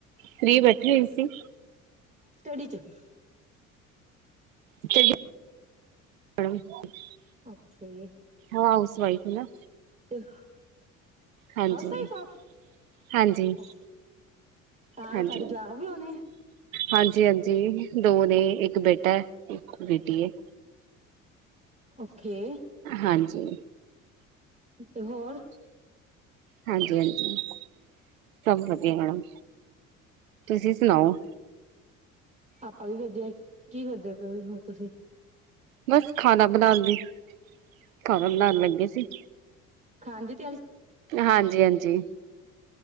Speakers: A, on the right (about 75°); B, on the right (about 15°).
A: ਫਰੀ ਬੈਠੀ ਹੋਈ ਸੀ।
B: <unintelligible>
A: <inaudible>
B: ਅਓਕੇ
A: ਹਾਸ ਵਾਈਫ ਨਾ
B: <inaudible>
A: ਹਾਂਜੀ
B: ਹਸ ਪਾ
A: ਹਾਂਜੀ
B: ਓ ਤਾਂ
A: ਹਾਂਜੀ
B: ਤੁਹਾਡੇ ਜਵਾਕ ਵੀ ਹੋਣੇ
A: ਹਾਂਜੀ ਹਾਂਜੀ। ਦੋਨ ਇੱਕ ਬੇਟਾ ਇੱਕ ਬੇਟੀ ਹੈ
B: ਓਕੇੇ
A: ਹਾਂਜੀ
B: ਤੇ ਹੋਰ?
A: ਹਾਂਜੀ ਹਾਂਜੀ। ਸਭ ਵਧੀਆ ਮੈਡਮ। ਤੁਸੀਂ ਸੁਣਾਓ?
B: ਆਪਾਂ ਵੀ ਵੇਜਿਆ ਕੀ ਕਰਦੇ ਪ ਹੁਣ ਤੁਸੀਂ
A: ਬਸ ਖਾਣਾ ਬਣਾਉਣ ਦੀ ਖ ਲਉਣ ਲੱਗੇ ਸੀ
B: ਹਾਂਜੀ।
A: ਹਾਂਜੀ, ਹਾਂਜੀ।